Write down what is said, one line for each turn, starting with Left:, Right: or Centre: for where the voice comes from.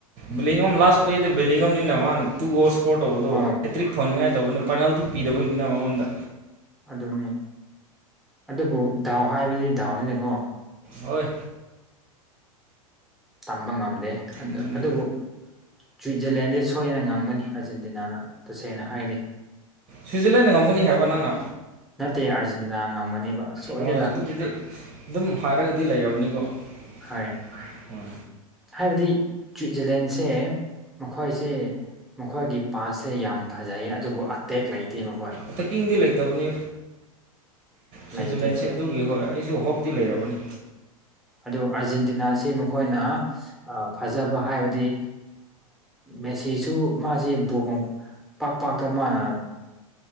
Right: ꯕꯦꯂꯤꯡꯉꯝ ꯂꯥꯁ ꯄ꯭ꯂꯦꯗ ꯕꯦꯅꯤꯒꯝꯅꯤꯅ ꯃꯥꯅ ꯇꯨ ꯒꯣꯜꯁ ꯏꯁꯀꯣꯔ ꯇꯧꯕꯗꯣ
Centre: ꯍꯣꯏ
Right: ꯍꯦꯇ꯭ꯔꯤꯛ ꯐꯪꯅꯤꯡꯉꯥꯏ ꯇꯧꯕꯅꯤ ꯄꯦꯅꯥꯜꯇꯤ ꯄꯤꯗꯕꯅꯤꯅ ꯃꯉꯣꯟꯗ
Centre: ꯑꯗꯨꯅꯤ ꯑꯗꯨꯕꯨ ꯗꯥꯎ ꯍꯥꯏꯕꯗꯤ ꯗꯥꯎꯅꯤꯅꯀꯣ
Right: ꯍꯣꯏ
Centre: ꯇꯝꯕ ꯉꯝꯗꯦ
Right: ꯑꯗꯨꯅꯤ
Centre: ꯑꯗꯨꯕꯨ ꯁ꯭ꯋꯤꯠꯖꯔꯂꯦꯟꯗꯤ ꯁꯣꯏꯗꯅ ꯉꯝꯒꯅꯤ ꯑꯔꯖꯦꯟꯇꯤꯅꯥꯅ ꯇꯁꯦꯡꯅ ꯍꯥꯏꯔꯗꯤ
Right: ꯁꯨꯏꯖꯔꯂꯦꯟꯅ ꯉꯝꯒꯅꯤ ꯍꯥꯏꯕ ꯅꯪꯅ
Centre: ꯅꯠꯇꯦ ꯑꯥꯔꯖꯦꯟꯇꯤꯅꯥ ꯉꯝꯒꯅꯤꯕ ꯁꯣꯏꯗꯅ
Right: ꯍꯣꯏ ꯑꯗꯨꯕꯨꯗꯤ ꯑꯗꯨꯝ ꯍꯥꯏꯔꯒꯗꯤ ꯂꯩꯔꯕꯅꯤꯀꯣ ꯍꯣꯏ
Centre: ꯍꯥꯏ ꯍꯥꯏꯕꯗꯤ ꯁ꯭ꯋꯤꯠꯖꯔꯂꯦꯟꯁꯦ ꯃꯈꯣꯏꯁꯦ ꯃꯈꯣꯏꯒꯤ ꯄꯥꯁꯁꯦ ꯌꯥꯝ ꯐꯖꯩ ꯑꯗꯨꯕꯨ ꯑꯇꯦꯛ ꯂꯩꯇꯦ ꯃꯈꯣꯏ
Right: ꯑꯇꯦꯛꯀꯤꯡꯗꯤ ꯂꯩꯇꯕꯅꯤ ꯁ꯭ꯋꯤꯠꯖꯔꯂꯦꯟꯁꯦ
Centre: ꯂꯩꯇꯦ
Right: ꯑꯗꯨꯒꯤ ꯍꯣꯏ ꯑꯩꯁꯨ ꯍꯣꯞ ꯗꯤ ꯂꯩꯔꯕꯅꯦ
Centre: ꯑꯗꯨ ꯑꯥꯔꯖꯦꯟꯇꯤꯅꯥꯁꯤ ꯃꯈꯣꯏꯅ ꯐꯖꯕ ꯍꯥꯏꯕꯗꯤ ꯃꯦꯁꯤꯁꯨ ꯃꯥꯁꯤ <unintelligible> ꯄꯥꯛ ꯄꯥꯛꯇ ꯃꯥꯅ